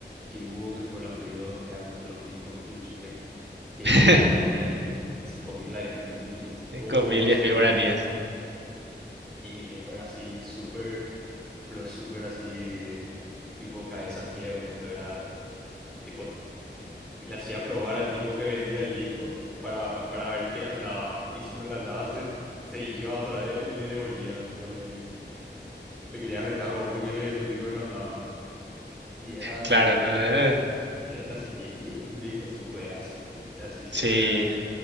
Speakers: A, in the centre; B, on the right.
A: que hubo, que fue la Play dos que eran los discos truchos que, que
B: <laughs>
A: valían cinco mil a diez mil, así y en
B: Cinco
A: todos
B: mil,
A: lados
B: diez
A: se vendía
B: mil guaraníes.
A: y mi viejo era así súper, pero súper así, tipo cabeza fría con esto, era tipo le hacía probar al tipo que vendía el disco para, para ver qué andaba. Y si no le andaba, se, se iba otra vez y le devolvía. Tipo, le, le quería retar o porque le vendió un disco que no andaba. Y era así.
B: Claro, no, eh,
A: Y, y eran así 10.000 un disco, así un juegazo. Y era así, siempre
B: sí.
A: era el-